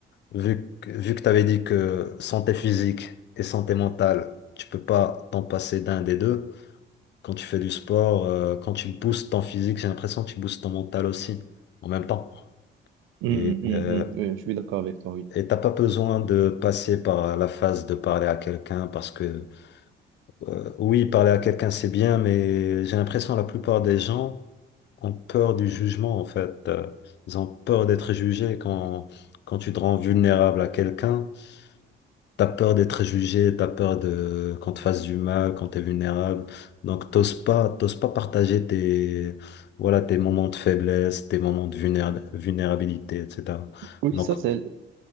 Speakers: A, on the left; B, on the right.
A: vu que, vu que tu avais dit que santé physique et santé mentale, tu peux pas t'en passer d'un des deux. Quand tu fais du sport, euh, quand tu boostes ton physique, j'ai l'impression que tu boostes ton mental aussi en même temps.
B: Hum,
A: Et
B: hum,
A: euh,
B: hum, euh, je suis d'accord avec toi, oui.
A: et t'as pas besoin de passer par la phase de parler à quelqu'un parce que euh, oui, parler à quelqu'un c'est bien, mais j'ai l'impression que la plupart des gens ont peur du jugement en fait. Euh, Ils ont peur d'être jugés quand quand tu te rends vulnérable à quelqu'un. T'as peur d'être jugé, t'as peur de qu'on te fasse du mal, quand t'es vulnérable. Donc t'oses pas, t'oses pas partager tes, voilà, tes moments de faiblesse, tes moments de vulnéra- vulnérabilité, etc.
B: Oui,
A: Donc
B: ça, c'est